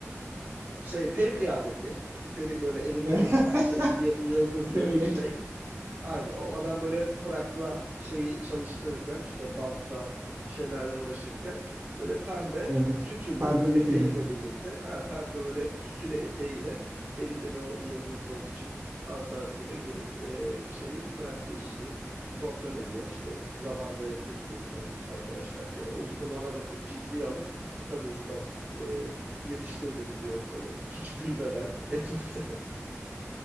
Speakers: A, on the right; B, on the right.
A: şey peri kıyafeti. Peri böyle elinde
B: <laughs>
A: de bir tane şey y- yıldızlı
B: Değnek.
A: şey. Aynı o adam böyle frakla şeyi çalıştırırken işte bantta bir şeylerle uğraşırken böyle pembe
B: Evet.
A: tütülü
B: Pembe
A: eteğiyle
B: bir peri.
A: birlikte ha, pembe böyle tütülü eteğiyle elinde de o yıldızlı o küçük asasıyla gelip e, şeyi fraklı işi kontrol ediyor. İşte zamanda yapıyorsunuz değil mi arkadaşlar diye. O usta da ona bakıp ciddiye alıp tabii usta e, yetiştiririz diyor böyle hiç gülmeden etmeden. <laughs>